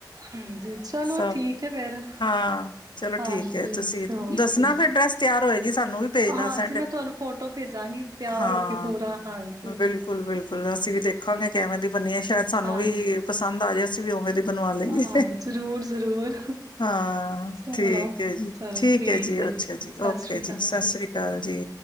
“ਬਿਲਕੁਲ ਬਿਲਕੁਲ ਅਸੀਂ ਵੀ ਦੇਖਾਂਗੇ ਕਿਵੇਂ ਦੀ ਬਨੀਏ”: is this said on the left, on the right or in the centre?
Left